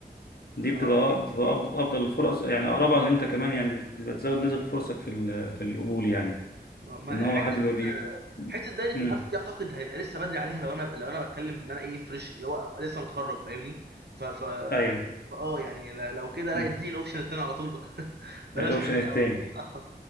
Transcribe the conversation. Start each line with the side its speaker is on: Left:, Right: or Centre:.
Left: دي بتبقى
Right: اه
Left: بتبقى افضل افضل الفرص يعني اقربها ان انت كمان يعني بت- بتبقى تزود نسب فرصك في ال- في القبول يعني
Right: ما ما-
Left: ان هو
Right: حته
Left: حد بيبقى بي
Right: آه، حته دايره المعارف
Left: مم.
Right: دي اعتقد هيبقى لسه بدري عليها لو انا لو انا بتكلم ان انا ايه فريش اللي هو لسه متخرج فاهمني ف ف
Left: ايوه
Right: اه يعني ل- لو كده لا
Left: مم.
Right: اديني الاوبشن التاني على طول بقى <laughs> بلاش
Left: الاوبشن
Right: منه
Left: التاني
Right: الاول <laughs>